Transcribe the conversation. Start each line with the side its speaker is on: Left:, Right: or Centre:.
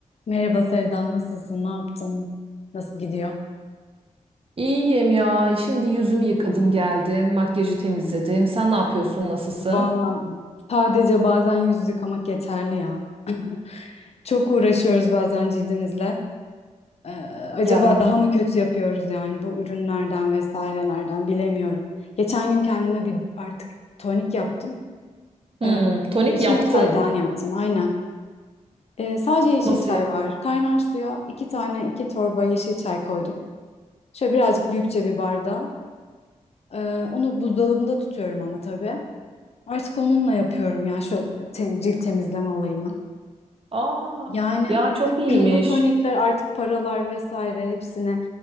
Left: Merhaba Sevda, nasılsın? Ne yaptın? Nasıl gidiyor?
Right: İyiyim ya. Şimdi yüzümü yıkadım geldim. Makyajı temizledim. Sen ne yapıyorsun? Nasılsın?
Left: Vallahi sadece bazen yüz yıkamak yeterli ya. <laughs> Çok uğraşıyoruz bazen cildimizle. Ee, acaba
Right: Yani.
Left: daha mı kötü yapıyoruz yani bu ürünlerden vesairelerden bilemiyorum. Geçen gün kendime bir artık tonik yaptım.
Right: Hmm,
Left: Ee,
Right: tonik
Left: yeşil
Right: yaptın.
Left: çaydan yaptım aynen. Ee, sadece yeşil
Right: Nasıl
Left: çay
Right: yaptın?
Left: var. Kaynar suya iki tane iki torba yeşil çay koydum. Şöyle birazcık büyükçe bir bardağa. Ee, onu buzdolabında tutuyorum ama tabii. Artık onunla yapıyorum ya şu te- cilt temizleme olayını.
Right: Aa,
Left: Yani
Right: ya çok
Left: <clears throat>
Right: iyiymiş.
Left: bu tonikler artık paralar vesaire hepsine